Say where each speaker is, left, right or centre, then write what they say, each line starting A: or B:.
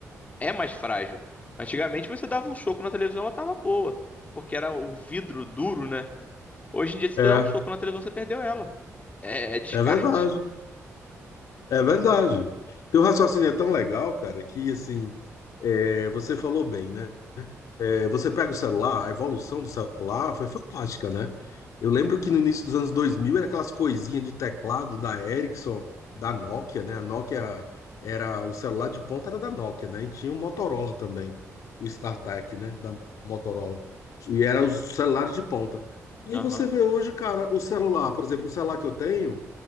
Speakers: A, on the left; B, on the left.
A: é mais frágil. Antigamente você dava um soco na televisão, ela tava boa, porque era um vidro duro, né? Hoje em dia, se
B: É,
A: você dá um
B: é
A: soco na televisão, você perdeu ela. É, é descarte.
B: é verdade. É, é verdade. Teu raciocínio é tão legal, cara, que assim, é, você falou bem, né? É, você pega o celular, a evolução do celular foi fantástica, né? Eu lembro que no início dos anos 2000 era aquelas coisinhas de teclado da Ericsson, da Nokia, né? A Nokia era o celular de ponta era da Nokia, né? E tinha o Motorola também, o StarTAC, né? Da Motorola. E era os celulares de ponta. Aí
A: Aham.
B: você vê hoje, cara, o celular, por exemplo, o celular que eu tenho,